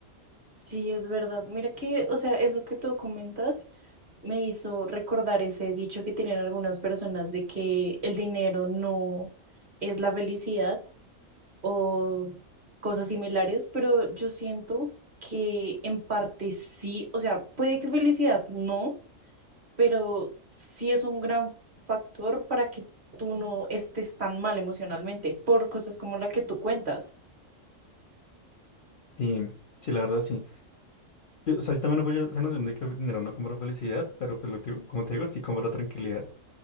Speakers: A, on the right; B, on the left.
A: Sí, es verdad. Mira que, o sea, eso que tú comentas. me hizo recordar ese dicho que tienen algunas personas de que el dinero no es la felicidad o cosas similares, pero yo siento que en parte sí, o sea, puede que felicidad no, pero sí es un gran factor para que tú no estés tan mal emocionalmente por cosas como la que tú cuentas.
B: Sí, sí, la verdad sí. Yo, o sea, yo también apoyo esa noción de que el dinero no compra felicidad, pero pues lo digo- como te digo, sí compra tranquilidad.